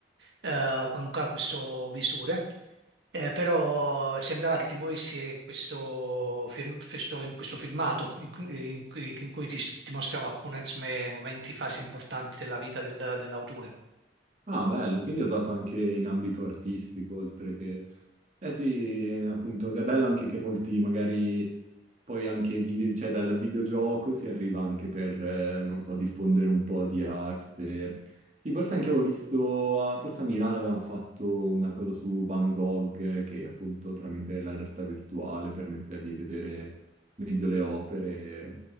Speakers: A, on the right; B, on the right.
A: eh, con un, ca- questo visore. Eh, però sembrava che ti muovessi questo film- questo- in questo filmato in, cui in cui- in cui ti, ti mostrano alcuni insomma, momenti, fasi importanti della vita del- dell'autore.
B: Ah, bello, quindi è usato anche in ambito artistico, oltre che... Eh sì, appunto, è bello anche che molti magari poi anche vide- cioè, dal videogioco si arriva anche per, eh, non so, diffondere un po' di arte. Sì, forse anche avevo visto, a- forse a Milano avevano fatto una cosa su Van Gogh, eh, che appunto tramite la realtà virtuale permetteva di vedere meglio le opere.